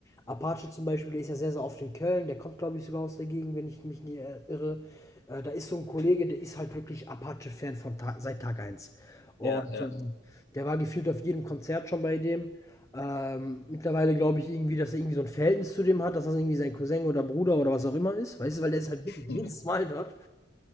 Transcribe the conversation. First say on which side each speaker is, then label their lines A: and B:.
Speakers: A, on the left; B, on the left.
A: Apache zum Beispiel, der ist ja sehr, sehr oft in Köln, der kommt, glaube ich, sogar aus der Gegend, wenn ich mich nicht äh, irre. Äh, da ist so ein Kollege, der ist halt wirklich Apache-Fan von Ta seit Tag eins. Und
B: ja, ja.
A: ähm, der war gefühlt auf jedem Konzert schon bei dem. Ähm, mittlerweile glaube ich irgendwie, dass er irgendwie so ein Verhältnis zu dem hat, dass das irgendwie sein Cousin oder Bruder oder was auch immer ist. Weißt du, weil der ist halt wirklich jedes
B: <laughs>
A: Mal dort.